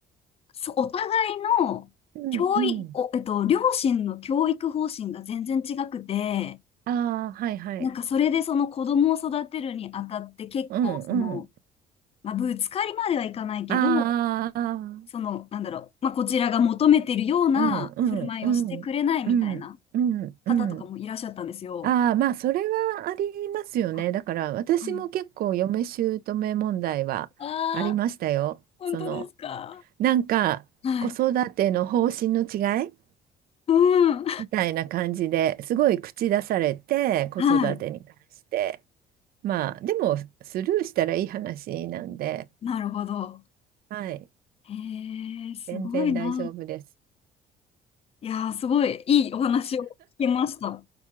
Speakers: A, on the left (about 35°); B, on the right (about 60°).
A: そお互いの教育、
B: うんうん。
A: お、えっと、両親の教育方針が全然違くて、
B: ああ、はいはい。
A: なんかそれでその子供を育てるにあたって結構その、
B: うんうん。
A: まあ、ぶつかりまではいかないけど、
B: ああ、
A: その、なんだろう、まあ、こちらが求めてるような振る舞いをしてくれないみたいな
B: うんうんうんうんうんうん。
A: 方とかもいらっしゃったんですよ。
B: ああ、まあそれはありますよね。
A: あ
B: だから私も結構嫁姑問題はありましたよ。
A: はいああ、本当ですか。
B: そのなんか子育ての方針の違い
A: はい。うん。
B: みたいな感じですごい口出されて子育てに関して。
A: はい。
B: まあでもスルーしたらいい話なんで、
A: なるほど。
B: はい、
A: へえ、すごいな。
B: 全然大丈夫です。
A: いやー、すごいいいお話を聞けました。